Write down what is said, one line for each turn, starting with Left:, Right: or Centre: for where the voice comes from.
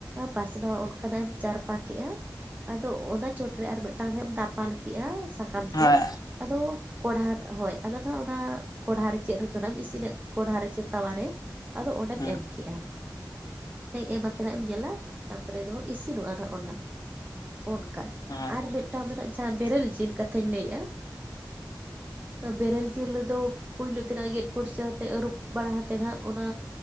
Right: ᱯᱟᱥᱱᱟᱣ ᱚᱱᱠᱟᱱᱟᱜ ᱮᱢ ᱪᱟᱨᱯᱟ ᱠᱮᱜᱼᱟ, ᱟᱫᱚ ᱚᱱᱟ ᱪᱚᱴ ᱨᱮ ᱟᱨ ᱢᱮᱫᱴᱟᱝ ᱨᱮ ᱦᱟᱢ ᱫᱟᱯᱟᱞ ᱠᱮᱜᱼᱟ ᱥᱟᱠᱟᱢ
Left: ᱦᱳᱭ
Right: ᱛᱮ, ᱟᱫᱚ ᱠᱚᱰᱦᱟ, ᱦᱳᱭ ᱟᱫᱚ ᱱᱟᱸᱜ ᱚᱱᱟ ᱠᱚᱲᱦᱟ ᱨᱮ ᱪᱮᱫ ᱨᱮᱪᱚᱱᱟᱢ ᱤᱥᱤᱱᱮᱫ, ᱠᱚᱲᱦᱟ ᱨᱮ ᱪᱮ ᱛᱟᱣᱟ ᱨᱮ, ᱟᱫᱚ ᱚᱸᱰᱮᱢ
Left: ᱦᱮᱸ
Right: ᱮᱢ ᱠᱮᱜᱼᱟ, ᱮᱢᱟᱛᱮ ᱱᱟᱜ ᱮᱢ ᱧᱮᱞᱟ ᱛᱟᱯᱚᱨᱮ ᱫᱚ ᱤᱥᱤ ᱤᱥᱤᱱᱚᱜᱼᱟ ᱱᱟᱸᱜ ᱚᱱᱟ ᱚᱱᱠᱟ,
Left: ᱦᱮᱸ
Right: ᱟᱨ ᱢᱤᱫ ᱢᱤᱫᱴᱟᱝ ᱫᱚ ᱱᱟᱦᱟᱜ ᱡᱟᱦᱟᱸ ᱵᱮᱨᱮᱞ ᱡᱤᱞ ᱠᱟᱛᱷᱟᱧ ᱞᱟᱹᱭᱮᱜᱼᱟ, ᱵᱮᱨᱮᱞ ᱡᱤᱞ ᱨᱮᱫᱚ ᱯᱳᱭᱞᱳ ᱛᱮᱱᱟᱜ, ᱜᱮᱫ ᱯᱚᱨᱪᱟ ᱟᱛᱮᱫ ᱟᱹᱨᱩᱵ ᱵᱟᱲᱟ ᱦᱟᱛᱮ ᱦᱟᱜ ᱚᱱᱟ